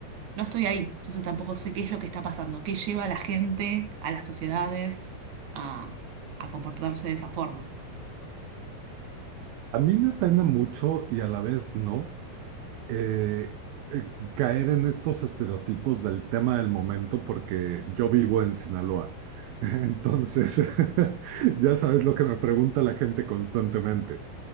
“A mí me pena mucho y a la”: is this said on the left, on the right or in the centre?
Right